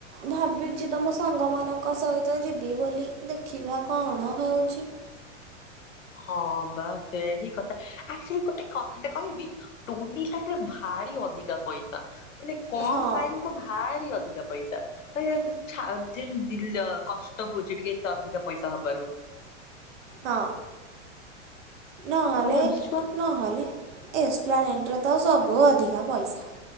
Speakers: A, on the right; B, on the left.
A: ଭାବିଛି ତ ମୋ ସାଙ୍ଗମାନଙ୍କ ସହିତ ଯିବି ବୋଲି ଦେଖିବା କଣ ହେଉଛି।
B: ହଁ ବା ସେଇଆ ହିଁ କଥା। ଆକ୍ଚୁଅଲି ଗୋଟେ କଥାଟେ କହିବି ଟୋନି <unintelligible> ଭାରି ଅଧିକା ପଇସା ମାନେ କମ
A: ହଁ
B: ଟାଇମ କୁ ଭାରି ଅଧିକା ପଇସା ଦ ଛା ଦି ଦିଲ କଷ୍ଟ ହଉଛି ଟିକେ ଏତେ ଅଧିକା ପଇସା ହବାରୁ।
A: ହଁ ନହେଲେ
B: ତମକୁ ଲାଗୁଛି ଛୁଆ
A: ନହେଲେ ଏକ୍ସପ୍ଲାନେଟ୍ରେ ତ ସବୁ ଅଧିକା ପଇସା